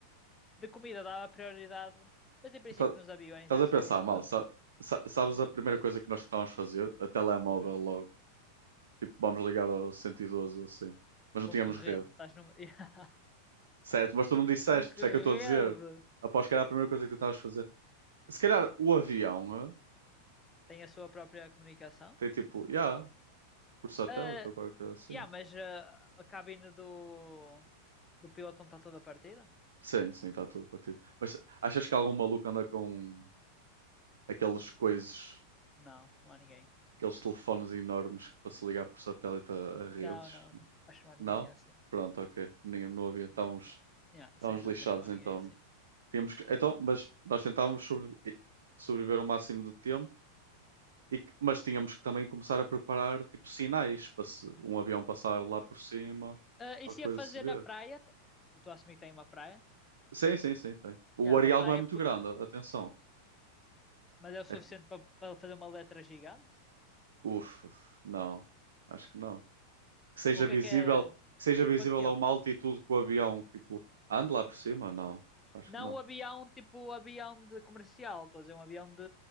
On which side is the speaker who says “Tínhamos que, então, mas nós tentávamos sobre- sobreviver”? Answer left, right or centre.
Right